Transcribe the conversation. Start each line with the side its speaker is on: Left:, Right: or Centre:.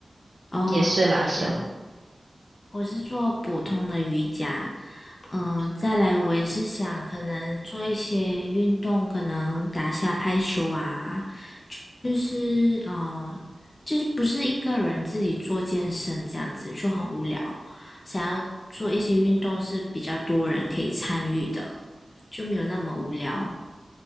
Left: 哦，
Right: 也是拉伸。
Left: 空中瑜伽，我是做普通的瑜伽。嗯，再来我也是想可能做一些运动，可能打下拍球啊，就是呃，就是不是一个人自己做健身这样子就很无聊，想要做一些运动是比较多人可以参与的，就没有那么无聊。